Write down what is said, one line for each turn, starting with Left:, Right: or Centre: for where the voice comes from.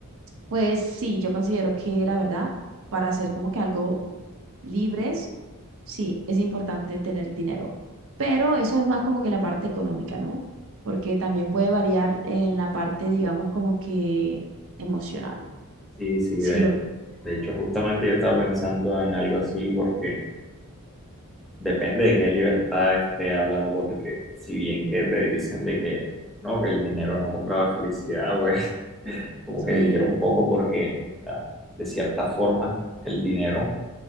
Right: pues sí, yo considero que la verdad, para hacer como que algo libres, Sí, es importante tener dinero, pero eso es más como que la parte económica, ¿no? Porque también puede variar en la parte, digamos, como que emocional. <laughs>
Centre: Sí, sí,
Right: Sí,
Centre: de
Right: lo...
Centre: hecho. De hecho, justamente yo estaba pensando en algo así porque depende de qué libertad esté hablando, porque si bien que te dicen de que no, que el dinero no compra la felicidad, pues <laughs> como
Right: sí,
Centre: que difiere un poco porque ah, de cierta forma el dinero